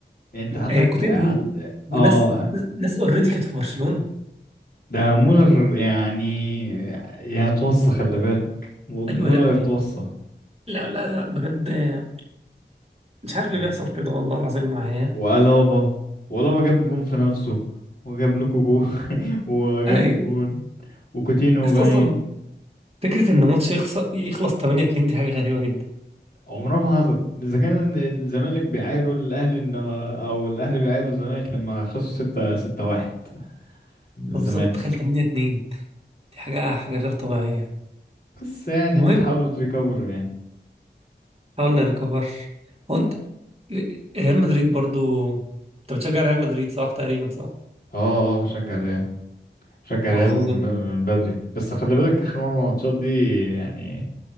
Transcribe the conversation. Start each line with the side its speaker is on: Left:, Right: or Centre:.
Left: يعني انت عندك
Right: آه كوتينيو
Left: آه، عند
Right: وناس
Left: اه
Right: ناس اوريدي كانت في برشلونه
Left: ده مولر يعني يعني اتوصى خلي بالك م-
Right: ايوه
Left: مولر
Right: يا ابني
Left: اتوصى
Right: لا لا لا بجد آه، مش عارف
Left: يعني
Right: ليه بيحصل كده والله العظيم معايا
Left: وألابا وألابا جاب جون في نفسه وجاب لكم جون <laughs> وجاب
Right: ايوه
Left: جون وكوتينو
Right: بس
Left: باين
Right: اصلا فكره ان ماتش يخسر يخلص 8 2 دي حاجه غريبه جدا
Left: عمرها ما حصلت اذا كان الزمالك بيعايروا الاهلي انه او الاهلي بيعايروا الزمالك لما خسروا ستة ستة واحد من الزمالك
Right: طب بالظبط تخيل 8 2 دي حاجة حاجة غير طبيعية
Left: بس يعني
Right: المهم
Left: بتحاولوا تريكفروا يعني
Right: حاولنا نريكفر هو انت ريال مدريد برضو انت بتشجع ريال مدريد صح تقريبا صح
Left: اه اه بشجع الريال بشجع
Right: محظوظ
Left: الريال من
Right: انت
Left: ب- من بدري بس خلي بالك اخر مرة ماتشات دي يعني